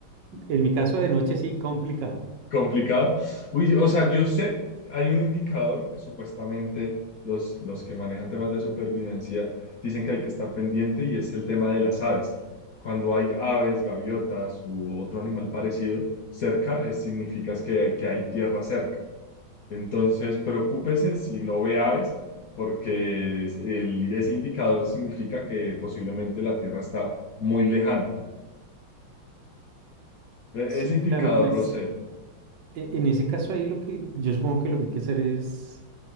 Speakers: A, on the right; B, on the left.
A: En
B: mm.
A: mi caso de noche sí, complicado.
B: complicado. Uy, o sea, yo sé, hay un indicador que supuestamente los, los que manejan temas de supervivencia dicen que hay que estar pendiente y es el tema de las aves. Cuando hay aves, gaviotas u otro animal parecido cerca, eh, significa es que, que hay tierra cerca. Entonces, preocúpese si no ve aves, porque es- el- ese indicador significa que posiblemente la tierra está muy lejana. E-
A: Sí,
B: Ese indicador
A: claro, pues
B: lo sé,
A: e- en ese caso ahí lo que yo supongo que lo que hay que hacer es